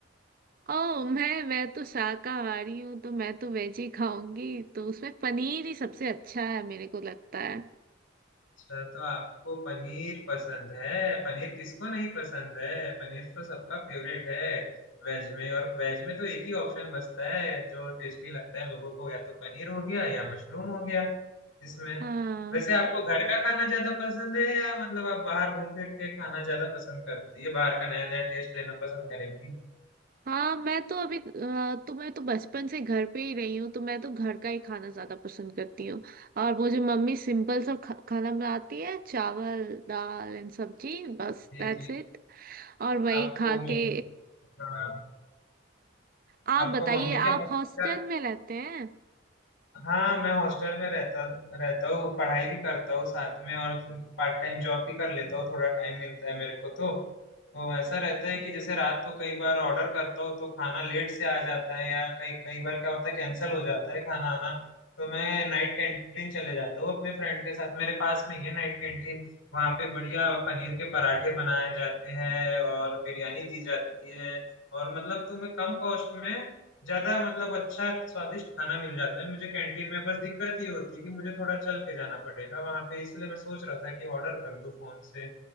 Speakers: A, on the right; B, on the left.
A: ओ मैं मैं तो शाकाहारी हूँ तो मैं तो वेज ही खाऊंगी तो उसमें पनीर ही सबसे अच्छा है मेरे को लगता है
B: अच्छा तो आपको पनीर पसंद है पनीर किसको नहीं पसंद है पनीर तो सबका फेवरेट है वेज में और वेज में तो एक ही ऑप्शन बचता है जो टेस्टी लगता है लोगों को या तो पनीर हो गया या मशरूम हो गया इसमें
A: हाँ
B: वैसे आपको घर का खाना ज्यादा पसंद है या मतलब आप बाहर घूम फिर के खाना ज्यादा पसंद करती है बाहर का नया नया टेस्ट लेना पसंद करेंगी
A: हाँ मैं तो अभी अ, तो मैं तो बचपन से घर पे ही रही हूँ तो मैं तो घर का ही खाना ज्यादा पसंद करती हूँ और मुझे मम्मी सिंपल सब खा, खाना बनाती है चावल दाल एंड सब्जी बस
B: जी
A: दैट्स
B: जी
A: इट और वही
B: आपको
A: खा
B: मम्मी
A: के
B: हाँ
A: आप
B: आपको
A: बताइए
B: मम्मी के
A: आप
B: हाथ
A: हॉस्टल
B: का
A: में रहते हैं
B: हाँ मैं हॉस्टल में रहता रहता हूँ पढ़ाई भी करता हूँ साथ में और पार्ट टाइम जॉब भी कर लेता हूँ थोड़ा टाइम मिलता है मेरे को तो तो ऐसा रहता है कि जैसे रात को कई बार ऑर्डर करता हूँ तो खाना लेट से आ जाता है या कई कई बार क्या होता है कैंसिल हो जाता है खाना आना तो मैं नाइट कैंटीन चले जाता हूँ अपने फ्रेंड के साथ मेरे पास में ही है नाइट कैंटीन वहाँ पे बढ़िया पनीर के पराठे बनाए जाते हैं और बिरयानी दी जाती है और मतलब तुम्हें कम कॉस्ट में ज्यादा मतलब अच्छा स्वादिष्ट खाना मिल जाता है मुझे कैंटीन में बस दिक्कत ये होती है कि मुझे थोड़ा चल के जाना पड़ेगा वहां पे इसलिए मैं सोच रहा था कि ऑर्डर कर दूं फोन से